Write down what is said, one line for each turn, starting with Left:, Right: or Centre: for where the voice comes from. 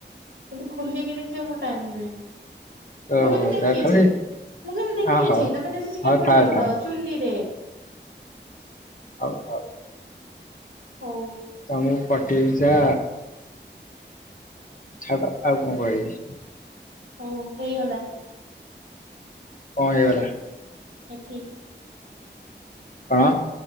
Right: କିନ୍ତୁ ଖୋଲିକି ଦେଖିବାକୁ ଟାଇମ ହୁଏନି।
Left: ଓହୋ
Right: ମୁଁ କିନ୍ତୁ ଦେଖିଛି।
Left: ତା ଖାଲି
Right: ମୁଁ କିନ୍ତୁ ଦେଖିଛି।
Left: ହଁ ହଉ
Right: ତମେ ଦେଶୀ ଚିକେନ
Left: ହଉ
Right: ପଠେଇଥିଲ
Left: ଥାଉ ଥାଉ
Right: ଚୁଲିରେ।
Left: ହଉ ହଉ।
Right: ହଉ।
Left: ତମକୁ ପଠେଇବି ଯା ଛାଡ ଆଉ କଣ କହିବି?
Right: ହଉ ହେଇଗଲା।
Left: କଣ ହେଇଗଲା?
Right: ଏଠି।
Left: କଣ?